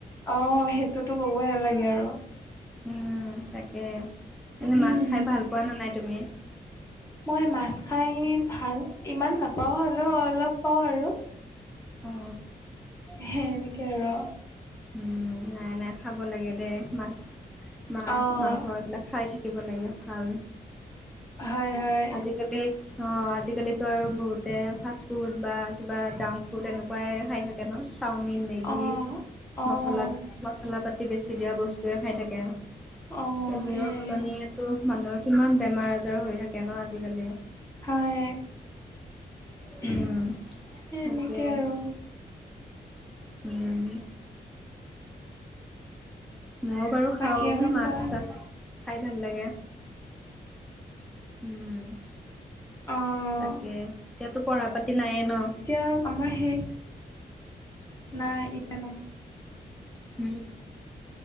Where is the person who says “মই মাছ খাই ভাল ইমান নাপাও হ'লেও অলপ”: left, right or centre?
Left